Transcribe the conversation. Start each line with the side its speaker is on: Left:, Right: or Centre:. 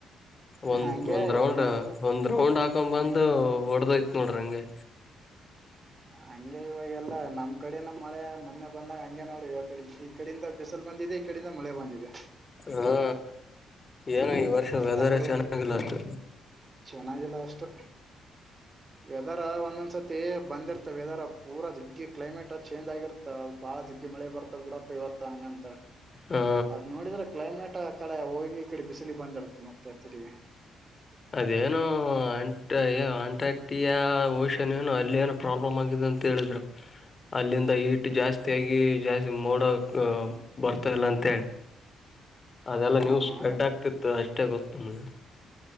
Left: ಒಂದ್
Right: ಹಂಗೆ
Left: ಒಂದ್ ರೌಂಡ್
Right: ಇವ್ ಎಲ್ಲ
Left: ಒಂದ್ ರೌಂಡ್ ಹಾಕ್ ಬಂದು
Right: ಹಂಗ್
Left: ಹೊಡದೈತಿ ನೋಡ್ರಿ ಹಂಗೆ
Right: ಹಂಗೆ ಇವಾಗೆಲ್ಲ ನಮ್ ಕಡೆನ ಮಳೆ ಮೊನ್ನೆ ಬಂದಾಗ ಹಂಗೆ ನೋಡ ಇವಾಗ ಕಡೆ ಈಕಡೆಯಿಂದ ಬಂದಿದೆ ಈಕಡೇಯಿಂದ ಮಳೆ ಬಂದಿದೆ
Left: ಹಾ ಏನೋ ಈ ವರ್ಷ
Right: ಆಯ್ತಾ
Left: ವೆದರ್
Right: ಕಡು
Left: ಚೆನ್ನಾಗಿಲ್ಲ ಅಷ್ಟು
Right: ಚೆನ್ನಾಗಿಲ್ಲ ಅಷ್ಟು ವೆದರ್ ಒಂದೊಂದ್ಸ ಸತಿ ಬಂದಿರ್ತ ವೆದರ್ ಪೂರ ದಿಗ್ಗಿ ಕ್ಲೈಮೇಟ್ ಚೇಜ್ ಆಗಿರ್ತ ಬಾಳಡಿದ್ ಮಳೆ ಬರ್ತಾವ ಬಿಡಪ್ಪ ಇವತ್ತು ಹಂಗ ಅಂತ
Left: ಹಾ
Right: ಅದ್ ನೋಡಿದ್ರೆ ಕ್ಲೈಮೇಟ್ ಆಕಡೆ ಹೋಗಿ ಈಕಡೆ ಬಿಸಿಲಿಗ್ ಬಂದಿರುತ ಮತ್ತೆ ತಿರ್ಗಿ.
Left: ಅದೇನೋ ಅಂಟ್ ಅಂಟಕ್ಟಿಯಾ ಓಷನ್ ಏನು ಅಲ್ಲಿ ಏನೋ ಪ್ರಾಬ್ಲಮ್ ಆಗಿದೆಂತ್ ಅಂತೇಳಿದ್ರು. ಅಲ್ಲಿಂದ ಹೀಟು ಜಾಸ್ತಿಯಾಗಿ ಜಾಸ್ತಿ ಮೋಡ ಬರ್ತಾಯಿಲ್ಲ ಅಂತೆ ಅದೆಲ್ಲಾ
Right: ಹ್ಮ್
Left: ನ್ಯೂಸ್ ಸ್ಪ್ರೆಡ್ ಆಗ್ತಿತ್ತು ಅಷ್ಟೇ ಗೊತ್ತು ನಮ್ಗೆ